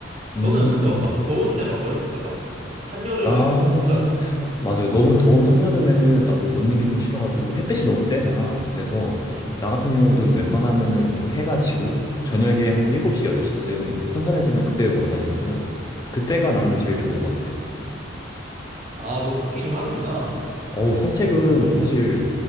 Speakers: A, on the left; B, on the right.
A: 음,
B: 너는 너는 막 더운데 막 걸을 수 있어 막 한여름에
A: 나는,
B: 막 덥잖아
A: 맞아.
B: 어
A: 요 너무 더운 한여름에는 나도 걷는 게 좀 싫어가지고 햇빛이 너무 세잖아. 그래서
B: 음
A: 나 같은 경우도 웬만하면은 좀 해가 지고 저녁에 한 7시, 8시쯤 선선해지면 그때 걸어 다니거든. 그때가
B: 음
A: 나는 제일 좋은 것 같아.
B: 아 너 걷기 좀 하는구나
A: 어우, 산책은 사실